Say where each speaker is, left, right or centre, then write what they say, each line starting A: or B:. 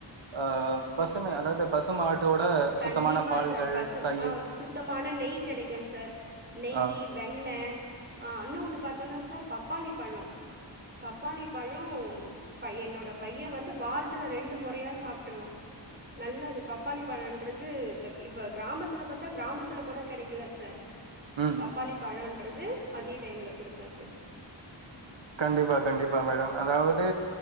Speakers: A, on the right; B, on the right.
A: ஆ பசுமை அதாவது பசுமாட்டோட
B: கண்டிப்பா
A: சுத்தமான பால்கள்,
B: சார் பசு
A: தயிர்
B: ஆ சுத்தமான நெய் கெடைக்கு சார் நெய்யி
A: ஆ
B: வெண்ண ஆ இன்னு ஒன்னு பாத்தோனா சார் பப்பாளி பழோ பப்பாளி பழோ ப என்னுடைய பைய வந்து வாரத்தில ரெண்டு மொறையா சாப்ட்டுருவா நல்லது பப் பப்பாளி பழன்றது இப்ப இப்ப கிராமத்துல பாத்தா கிராமத்துல கூட கெடைக்கல சார்
A: ம்
B: பப்பாளி பழன்றது மதிய டைம்ல குடுப்பே சார்
A: கண்டிப்பா கண்டிப்பா மேடம் அதாவது